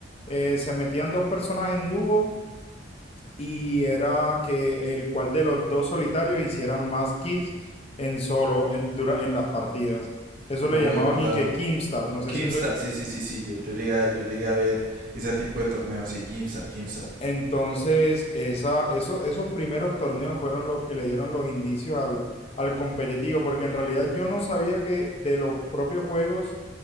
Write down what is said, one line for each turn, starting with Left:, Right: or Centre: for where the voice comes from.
Left: eh, se metían dos personas en dúo y era que el cual de los dos solitarios hicieran más kills en solo en, dura- en las partidas. Eso
Right: Uh,
Left: le llamaban
Right: es verdad.
Left: y que Kimstar, no sé
Right: Kimstar,
Left: si re-
Right: sí, sí, sí, sí, yo, yo, llegué, a- yo llegué a ver ese tipo de torneos, sí, Kimstar, Kimstar.
Left: Entonces, esa, eso, esos primeros torneos fueron los que le dieron los indicios al, al competitivo, porque en realidad yo no sabía que de los propios juegos